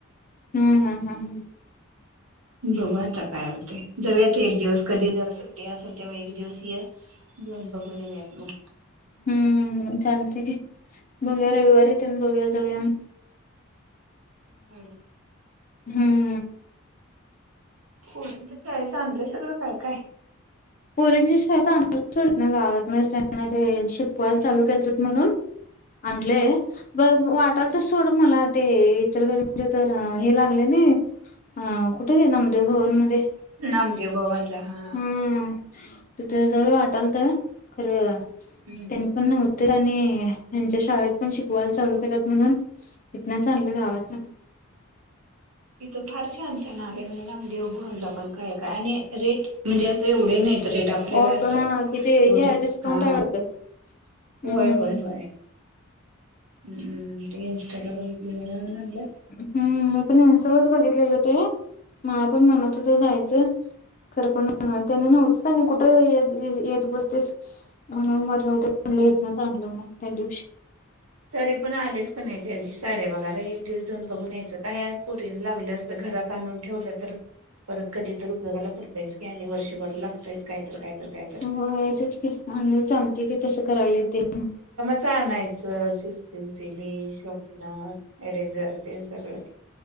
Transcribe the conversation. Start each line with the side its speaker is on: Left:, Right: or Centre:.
Left: हम्म-हम्म-हम्म.
Right: बघू आता काय होतय. जावुया ते एक दिवस कधी जरा सुट्टी असेल तेव्हा एक दिवस ये. जाऊन बघून येउया मग.
Left: हम्म चालतय घे. बघुया रविवारी तेन बघुया जाऊया मग.
Right: <unintelligible>
Left: हम्म.
Right: पोरीच्या शाळेच आणलंय सगळं काय-काय.
Left: पोरींची शाळेच गावात न त्यांना ते शिकवायला चालू केलतीत म्हणून, आणलय. बघ वाटालत सोड मला ते इचलकरंजी तिथं हे लागलंय नाही. अ कुठ ग नामदेव भवन मध्ये.
Right: नामदेव भवनला हा.
Left: हम्म तिथं जवळ वाटालत खरं
Right: तिथं
Left: त्यानी पण नव्हत. त्यांनी, हेच्या शाळेत पण शिकवायला चालू केल्यात म्हणून इथंनच आनलोय गावातन.
Right: तिथं फार छान -छान आलंय म्हणे नामदेवभवनला पण काय, काय आणि रेट म्हणजे अस ते एवढे नाहीत रेट आपल आपल्याला
Left: ऑफ
Right: अस,
Left: हा किती
Right: एवढे
Left: हे
Right: हा,
Left: डिस्काउंट आहे वाटतं
Right: होय,
Left: हम्म
Right: होय, होय. हम्म, ते इनस्टाला बघीतलेल म्हणून आणल्यात.
Left: हम्म मी पण इन्स्टालाच बघितलेले ते, मला पण मनात होतं जायचं. खरं पण त्यानी नव्हतीत आणि कुठं ये येत बसतीस. म्हणून मग राहुदे
Right: हम्म.
Left: म्हनल हितंनच आणलं मग त्या दिवशी.
Right: तरी पण आलेस कणी त्या दिवशी साडया बघायला, एक दिवस जाऊन बघून या्यायचं काय हाय पुरीन लागल्यास. घरात आणून ठेवलं तर. परत कधी तर उपयोगाला पडतयच की आणि वर्षभर लागतायच काय तर काय तर काय. तर
Left: होय तेच की, आणि मग चालतय की तसं करायलोय ते पण.
Right: छान आणायच पेन्सिसिली, शॉपनर, इरेझर तेन सगळंच.